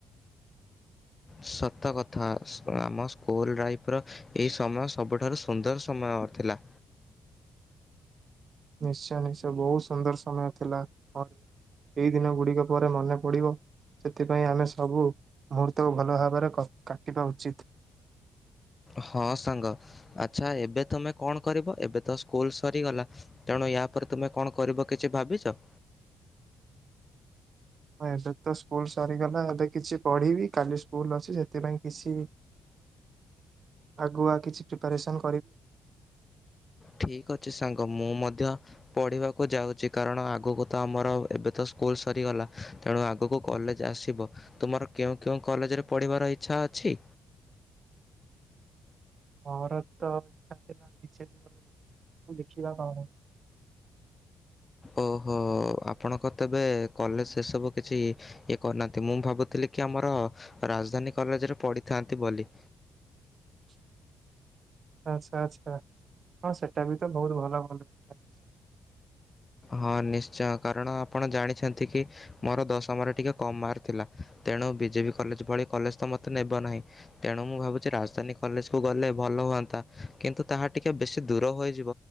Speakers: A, on the left; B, on the right.
A: ସତ କଥା ଆମ ସ୍କୁଲ ଲାଇଫ ର ଏଇ ସମୟ ସବୁଠାରୁ ସୁନ୍ଦର ସମୟ ଅ ଥିଲା।
B: ନିଶ୍ଚୟ ନିଶ୍ଚୟ ବହୁତ ସୁନ୍ଦର ସମୟ ଥିଲା। ଏଇ ଦିନ ଗୁଡିକ ପରେ ମନେ ପଡିବ ସେଥିପାଇଁ ଆମେ ସବୁ ମୁହୂର୍ତ୍ତକୁ ଭଲ ଭାବରେ କା କାଟିବା ଉଚିତ୍।
A: ହଁ ସାଙ୍ଗ ଆଚ୍ଛା ଏବେ ତମେ କଣ କରିବ ଏବେ ତ ସ୍କୁଲ ସରିଗଲା ତେଣୁ ୟା ପରେ ତୁମେ କଣ କରିବ କିଛି ଭାବିଛ?
B: <inaudible> ହ ଏବେ ତ ସ୍କୁଲ ସରିଗଲା ଏବେ କିଛି ପଢିବି କାଲି ସ୍କୁଲ ଅଛି ସେଥିପାଇଁ କିଛି ଆଗୁଆ କିଛି ପ୍ରିପାରେସନ୍
A: ଠିକ ଅଛି ସାଙ୍ଗ ମୁଁ ମଧ୍ୟ ପଢ଼ିବାକୁ ଯାଉଛି କାରଣ ଆଗକୁ ତ ଆମର ଏବେ ତ ସ୍କୁଲ ସରିଗଲା ତେଣୁ ଆଗକୁ କଲେଜ ଆସିବ ତୁମର କେଉଁ କେଉଁ କଲେଜରେ ପଢ଼ିବାର ଇଚ୍ଛା ଅଛି?
B: <inaudible> ମୋର ତ <unintelligible> ଦେଖିବା <unintelligible> <inaudible>
A: ଓହୋ ଆପଣଙ୍କ ତେବେ କଲେଜ ସେସବୁ କିଛି ଇଏ କରିନାହାନ୍ତି ମୁଁ ଭାବୁଥିଲି ଆମର ରାଜଧାନୀ କଲେଜରେ ପଢିଥାନ୍ତି ବୋଲି।
B: <inaudible> ଆଛା ଆଚ୍ଛା ହଁ ସେଟା ବି ତ ବହୁତ ଭଲ <unintelligible>
A: ହଁ ନିଶ୍ଚୟ କାରଣ ଆପଣ ଜାଣିଛନ୍ତି କି ମୋର ଦଶମରେ ଟିକେ କମ ମାର୍କ ଥିଲା। ତେଣୁ ବିଜେପି କଲେଜ ଭଳି କଲେଜ ତ ମୋତେ ନେବ ନାହିଁ ତେଣୁ ମୁଁ ଭାବୁଛି ରାଜଧାନୀ କଲେଜକୁ ଗଲେ ଭଲ ହୁଅନ୍ତା କିନ୍ତୁ ତାହା ଟିକେ ବେଶୀ ଦୂର ହୋଇଯିବ